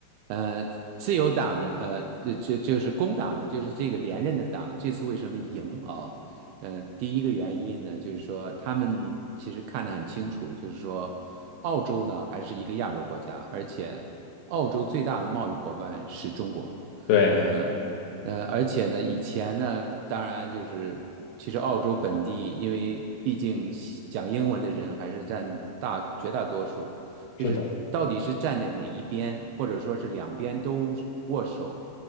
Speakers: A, on the right; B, on the left.
A: 呃，自由党，呃，就就就是工党的，就是这个连任的党，这次为什么赢啊？呃，第一个原因呢，就是说他们其实看得很清楚，就是说澳洲呢还是一个亚洲国家，而且澳洲最大的贸易伙伴是中国，
B: 对，
A: 嗯呃，而且呢，以前呢，当然就是其实澳洲本地，因为毕竟讲英文的人还是占大绝大多数。
B: 是的。
A: 就是到底是站在哪一边，或者说是两边都握手，